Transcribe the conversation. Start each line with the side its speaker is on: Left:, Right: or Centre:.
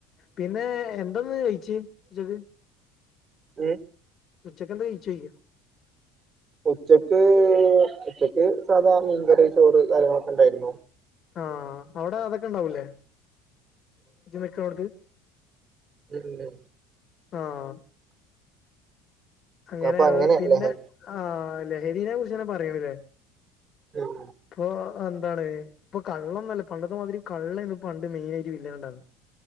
Left: പിന്നെ എന്താ ഇന്ന് കയിച്ച് ഉച്ചക്ക്
Right: ഏയ്
Left: ഉച്ചക്കെന്താ കഴിചേ ചോയ്ക
Right: ഉച്ചക്ക് ഉച്ചക്ക് സാധാ മീൻകറി ചോറ് കാര്യങ്ങളൊക്കെ ഇണ്ടായിരുന്നു.
Left: ആഹ് അവടെ അതൊക്കെണ്ടാവുംലെ ഇജ് നിക്ക്ണോട്ത്ത്
Right: പിന്നെ
Left: ആഹ് അങ്ങനെത്
Right: അപ്പൊ അങ്ങനെ
Left: പിന്നെ
Right: ലഹരി
Left: ആ ലഹരിനെ കുറിച്ച്ന്നെ പറയണില്ലേ
Right: ഉം
Left: ഇപ്പൊ എന്താണ് ഇപ്പൊ കള്ളന്നല്ല പണ്ടത്തെ മാതിരി കള്ള ഇന്ന് പണ്ട് മെയിൻ ആയിട്ട് ഇല്ലാണ്ടാണ്